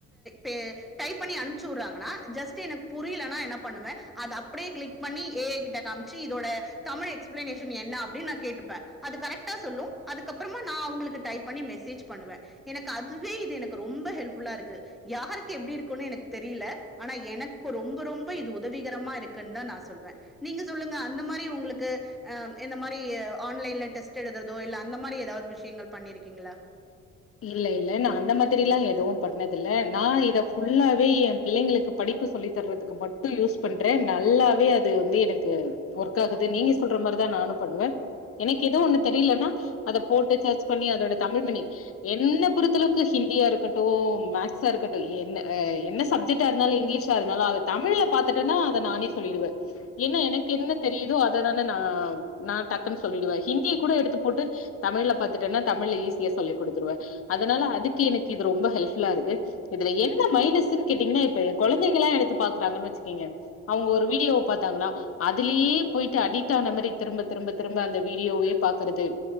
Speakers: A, in the centre; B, on the left.
A: பே டைப் பண்ணி அணுப்சி வுட்ராங்கனா ஜெஸ்டு எனக்கு புரிலனா என்ன பண்ணுவே அத அப்டே க்ளிக் பண்ணி எ ஐ கிட்ட காம்சி இதோட தமிழ் எக்ஸ் எக்ஸ்பிளனேஷன் என்ன அப்டின்னு நா கேட்டுப்பே அது கரெக்டா சொல்லு அதுக்கப்புறமா நா அவுங்களுக்கு டைப் பண்ணி மெசேஜ் பண்ணுவே எனக்கு அதுவே இது எனக்கு ரொம்ப ஹெல்ப்ஃபுல்லா இருக்கு யாருக்கு எப்டி இருக்குனு எனக்கு தெரில ஆனா எனக்கு ரொம்ப ரொம்ப இது உதவிகரமா இருக்குனு தா நா சொல்வே நீங்க சொல்லுங்க அந்த மாரி உங்களுக்கு அ இந்த மாரி ஆன்லைன்ல டெஸ்ட் எழுதுறதோ இல்ல அந்த மாரி ஏதாவது விஷயங்கள் பண்ணிருக்கீங்ளா
B: இல்ல- இல்ல நா அந்த மாதிரிலா எதுவு பண்ணது இல்ல நா இத ஃபுல்லாவே எ பிள்ளைங்களுக்கு படிப்பு சொல்லி தர்றதுக்கு மட்டு யூஸ் பண்றே நல்லாவே அது வந்து எனக்கு ஒர்க் ஆகுது நீங்க சொல்ற மாரிதா நானு பண்ணுவே எனக்கு ஏதோ ஒன்னு தெரிலனா அத போட்டு செர்ச் பண்ணி அதோட தமிழ் மீனிங் என்ன பொறுத்தளவுக்கு ஹிந்தியா இருக்கட்டு மேக்ஸா இருக்கட்டு என்ன என்ன சப்ஜெக்ட்டா இருந்தாலு இங்கிலீஷா இருந்தாலு அத தமிழ்ல பாதாதுட்டேனா அத நானே சொல்லிடுவே ஏன்னா எனக்கு என்ன தெரியுதோ அததா நா நா டக்குன்னு சொல்லிடுவே ஹிந்திய கூட எடுத்து போட்டு தமிழ்ல பாத்துட்டனா தமிழ்ல ஈஸியா சொல்லிடுவே குடுத்துருவ அதனால அதுக்கு எனக்கு இது ரொம்ப ஹெல்புல்லா இருக்கு இதுல என்ன மைனெஸ்னு கேட்டீங்கனா இப்ப என் கொழந்தைங்கலா எடுத்து பாக்குறாங்கனு வெச்சுக்கங்க அவுங்க ஒரு வீடியோவ பாத்தாங்கனா அதுலயே போய்ட்டு அடிட் ஆன மாரி திரும்ப திரும்ப திரும்ப அந்த வீடியோவே பாக்குறது